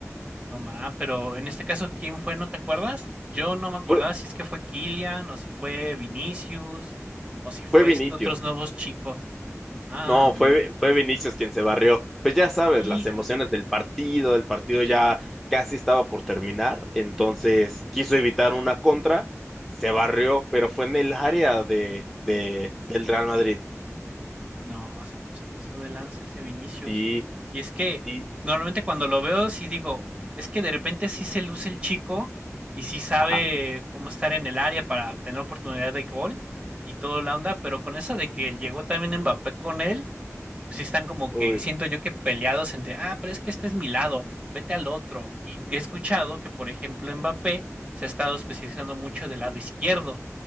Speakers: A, on the right; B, in the centre.
A: No más, pero en este caso, ¿quién fue? ¿No te acuerdas? Yo no me acordaba
B: Fue,
A: si es que fue Kylian o si fue Vinicius o si fue
B: fue Vinicius,
A: estos otros nuevos chicos. Ah,
B: no,
A: mira.
B: fue, fue Vinicius quien se barrió. Pues ya sabes,
A: Híjole.
B: las emociones del partido, el partido ya casi estaba por terminar, entonces quiso evitar una contra, se barrió, pero fue en el área de, de, del Real Madrid.
A: No, se, se pasó de lanza ese Vinicius.
B: Sí,
A: Y es que
B: sí,
A: normalmente cuando lo veo, sí digo, es que de repente sí se luce el chico y sí sabe
B: ajá,
A: cómo estar en el área para tener oportunidad de gol y todo la onda, pero con eso de que llegó también Mbappé con él sí están como
B: uy,
A: que siento yo que peleados entre, ah, pero es que este es mi lado, vete al otro. Y he escuchado que, por ejemplo, Mbappé se ha estado especializando mucho del lado izquierdo.